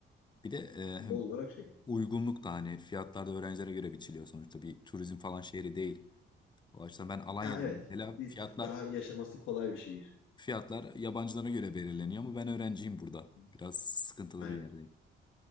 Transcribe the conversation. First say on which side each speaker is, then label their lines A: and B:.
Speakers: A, on the left; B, on the left.
A: Bir de e, hem
B: Doğal olarak şey.
A: uygunluk da hani fiyatlar da öğrencilere göre biçiliyor sonuçta bir turizm falan şehri değil. O açıdan ben Alanya'dayım
B: Ya evet.
A: mesela
B: Bir
A: fiyatlar
B: tık daha yaşaması kolay bir şehir.
A: fiyatlar yabancılara göre belirleniyor ama ben öğrenciyim burada.
B: Hı hı.
A: Biraz sıkıntılı
B: Aynen.
A: bir yerdeyim.